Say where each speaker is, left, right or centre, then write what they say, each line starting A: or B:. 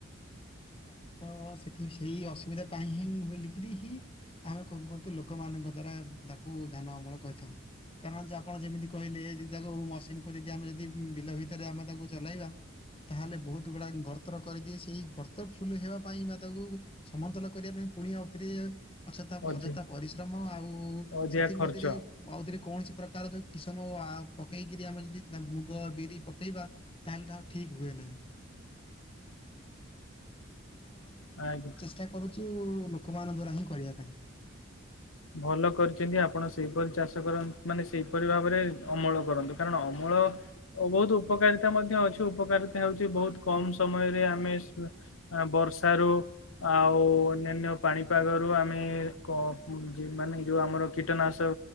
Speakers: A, on the left; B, on the left.
A: ସାର୍ ଆମେ ତ ସେଠି ସେଇ ଅସୁବିଧା ପାଇଁ ହିଁ ବୋଲିକିରି ହିଁ ଆମେ କଣ କରୁଥିଲୁ ଲୋକମାନଙ୍କ ଦ୍ଵାରା ତାକୁ ଧାନ ଅମଳ କରିଥାଉ। କାରଣ ଆପଣ ଯେମିତି କହିଲେ ଯି ତାକୁ ମସିନକୁ ଯଦି ଆମେ ଯଦି ବିଲ ଭିତରେ ଆମେ ତାକୁ ଚଲାଇବା ତାହେଲେ ବହୁତ ଗୁଡାକ ଗର୍ତର କରିଦିଏ। ସେଇ ଗ ତ ଫୁଲ୍ ହେବା ପାଇଁ ମା ତାକୁ ସମତଲ କରିବା ପାଇଁ ପୁଣି ଆଉ ଥରେ ଅଯଥା
B: ଅଧି
A: ଅଯଥା ପରିଶ୍ରମ ଆଉ
B: ଅଧିକା
A: ସେଥିମଧ୍ୟରେ
B: ଖର୍ଚ୍ଚ
A: ଆଉଥରେ କୌଣସି ପ୍ରକାର ଯୋଉ କି ସମୟ ଆ ପକେଇକିରି ଆମେ ଯଦି ମୁଗ, ବିରି ପକେଇବା ତାହେଲେ ତାଉ ଠିକ୍ ହୁଏ ନାହିଁ। ତେଣୁ ଆମେ
B: ଆଜ୍ଞା।
A: ଚେଷ୍ଟା କରୁଛୁ ଲୋକମାନ ଦ୍ଵାରା ହିଁ କରିବା ପାଇଁ।
B: ଭଲ କରିଛନ୍ତି ଆପଣ ସେଇପରି ଚାଷ କରନ୍ ମାନେ ସେଇପରି ଭାବରେ ଅମଳ କରନ୍ତି। କାରଣ ଅମଳ ଓ ବହୁତ ଉପକାରିତା ମଧ୍ୟ ଅଛି। ଉପକାରିତା ହଉଛି ବହୁତ କମ୍ ସମୟରେ ଆମେ ବର୍ଷାରୁ ଆଉ ଅନ୍ୟାନ୍ୟ ପାଣିପାଗରୁ ଆମେ କ ଉଁ ଯେ ମାନେ ଯୋଉ ଆମର କୀଟନାଶ